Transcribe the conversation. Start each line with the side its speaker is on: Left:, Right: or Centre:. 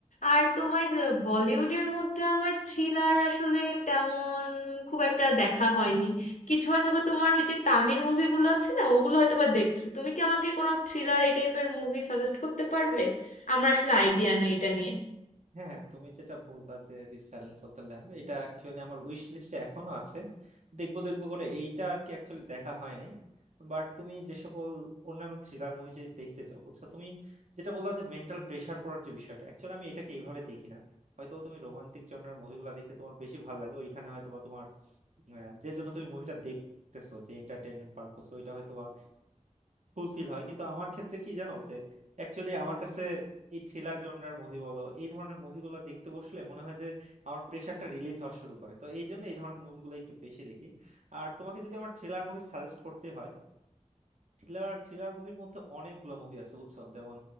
Left: আর তোমার বলিউডের মধ্যে আমার থ্রিলার আসলে তেমন খুব একটা দেখা হয়নি কিছু হয়তো বা তোমার ওই যে তামিল মুভিগুলো আছে না ওগুলো হয়তো বা দেখছি তুমি কি আমাকে কোনো থ্রিলার এই টাইপের মুভি সাজেস্ট করতে পারবে আমার আসলে আইডিয়া নেই এটা নিয়ে
Right: হ্যাঁ হ্যাঁ, তুমি যেটা বললা যে the silence of the lamb এটা অ্যাকচুয়ালি আমার উইশ লিস্টে এখনো আছে দেখবো দেখবো করে এইটা আর কি অ্যাকচুয়ালি দেখা হয় নাই বাট তুমি যে সকল অন্যান্য থ্রিলার মুভি যদি দেখতে চাও বুঝছো তুমি যেটা বললা যে মেন্টাল প্রেসার পড়ার যে বিষয়টা অ্যাকচুয়ালি আমি এটাকে এইভাবে দেখি না হয়তো তুমি রোমান্টিক জনরার মুভিগুলো দেখতে তোমার বেশি ভালো লাগে ওইখানে হয়তো বা তোমার আহ, যে জন্য তুমি মুভিটা দেখতেছো যে এন্টারটেইনমেন্ট পারপোস ওইটা হয়তো বা ফুলফিল হয় কিন্তু আমার ক্ষেত্রে কি জানো যে অ্যাকচুয়ালি আমার কাছে এই থ্রিলার জনরার মুভি বলো এই ধরনের মুভিগুলো দেখতে বসলে মনে হয় যে আমার প্রেশারটা রিলিজ হওয়া শুরু করে তো এই জন্য এই ধরনের মুভিগুলো একটু বেশি দেখি আর তোমাকে যদি আমার থ্রিলার মুভি সাজেস্ট করতে হয় থ্রিলার থ্রিলার মুভির মধ্যে অনেকগুলো মুভি আছে বুঝছো যেমন